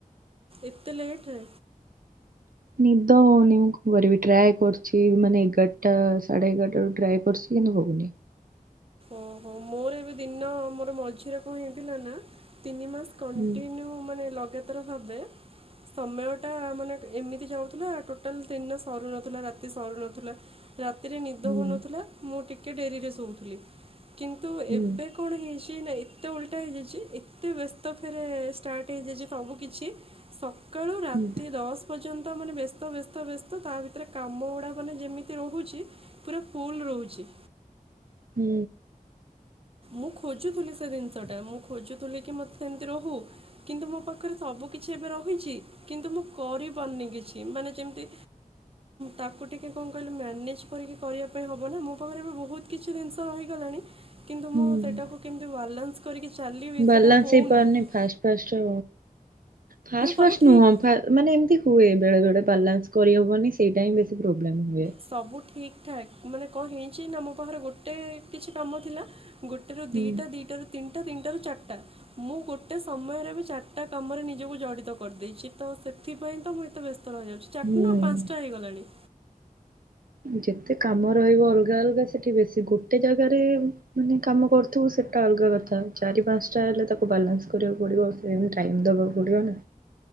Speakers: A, on the right; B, on the right.
A: ଏତେ ଲେଟ୍ ରେ
B: ନିଦ ହୋଉନି କଣ କରିବି ଟ୍ରାଏ କରୁଛିି ମାନେ ଏଗାରଟା ସାଢେ ଏଗାରଟା ବେଳକୁ ଟ୍ରାଏ କରୁଛି କିନ୍ତୁ ହଉନି।
A: ଓହୋ ମୋର ଏବେ ଦିନ ମୋର ମଝିରେ କଣ ହେଇଥିଲା ନା। ତିନି ମାସ କଣ୍ଟିିନିୟୁ
B: ହୁଁ
A: ମାନେ ଲଗାତାର ର ଭାବେ ସମୟଟା ମାନେ ଏମିତି ଯାଉଥିଲା ଟୋଟାଲ ଦିନ ସରୁନଥିଲା ରାତି ସରୁ ନଥିଲା। ରାତିରେ ନିଦ
B: ହୁଁ
A: ହଉନଥିଲା ମୁଁ ଟିକେ ଟିକେ ଡେରିରେ ଶୋଉଥିଲଥିଲେ। କିନ୍ତୁ
B: ହୁଁ
A: ଏବେ କଣ ହେଇଛି କି ନାଇଁ ଏତେ ଓଲଟା ହେଇଯାଇଛି ଏତେ ବ୍ୟସ୍ତ ଫେରେ ଷ୍ଟାର୍ଟ ହେଇଯାଇଛି ସବୁ କିଛି। ସକାଳୁ ରାତି
B: ହୁଁ
A: ଦଶ ବଜେ ତାମାନେ ବ୍ୟସ୍ତ ବ୍ୟସ୍ତ ବ୍ୟସ୍ତ ତା ଭିତରେ କାମ ଗୁଡା ମାନେ ଯେମତିରହୁଛି ପୁରା ଫୁଲ୍ ରହୁଛି।
B: ହୁଁ।
A: ମୁଁ ଖୋଜୁଥିଲି ସେ ଜିନିଷଟା ମୁଁ ଖୋଜୁଥିଲି କି ମତେ ସେମିତି ରହୁ କିନ୍ତୁ ମୋ ପାଖରେ ସବୁ କିଛି ଏବେ ରହିଛି କିନ୍ତୁ ମୁଁ କରିପାରୁନି କିଛି ମାନେ ଯେମିତି ତାକୁ ଟିକେ କଣ କହିଲି ମ୍ୟାନେଜ କରିକି କରିବା ପାଇଁ ହେବ ନା ମୋ ପାଖରେ ଏବେ ବହୁତ କିଛି ଜିନିଷ ରହିଗଲାଣି। କିନ୍ତୁ
B: ହୁଁ
A: ମୁଁ ସେଟାକୁ କେମିତି ବାଲାନ୍ସ କରିକି ଚାଲିବି
B: ବାଲାନ୍ସ
A: ସେଇଟା ହେଉନି
B: ହେଇ ପାରୁନି
A: ନା
B: ଫାଷ୍ଟ ଫାଷ୍ଟ ଫାଷ୍ଟ
A: ସବୁ
B: ଫାଷ୍ଟ
A: ଠିକ୍
B: ନୁହଁ ମାନେ ଏମିତି ହୁଏ। ବେଳେ ବେଳେ ବାଲାନ୍ସ କରିହବନି ସେଇଟା ବେଶୀ ପ୍ରୋବ୍ଲେମ ହୁଏ।
A: ସବୁ ଠିକ ଠାକ୍। ମାନେ କଣ ହେଇଛି ନା ଆମ ପାଖରେ ଗୋଟେ କିଛି କାମ ଥିଲା। ଗୋଟେରୁ
B: ହୁଁ
A: ଦିଟା ଦିଟାରୁ ତିନିଟା ତିନିଟାରୁ ଚାରିଟା ମୁଁ ଗୋଟେ ସମୟରେ ଏବେ ଚାରିଟା କାମରେ ନିଜକୁ ଜଡ଼ିତ କରିଦେଇଛି ତ ସେଥିପାଇଁ ତ ମୁଁ ଏତେ ବ୍ୟସ୍ତ ର ହୋଇଇଯାଉଛି ଚାରିଟା
B: ହୁଁ।
A: ନୁହଁ ପାଞ୍ଚଟା ହେଇଗଲାଣି।
B: ଯେତେ କାମ ରହିବ ଅଲଗା ଅଲଗା ସେଠି ବେଶୀ ଗୋଟେ ଜାଗାରେ ମାନେ କାମ କରୁଥିବୁ ସେଟା ଅଲଗା କଥା ଚାରି ପାଞ୍ଚଟା ହେଲେ ତାକୁ ବାଲାନ୍ସ କରିବାକୁ ପଡିବ ସେମତି ଟାଇମ ଦବାକୁ ପଡିବ ନା।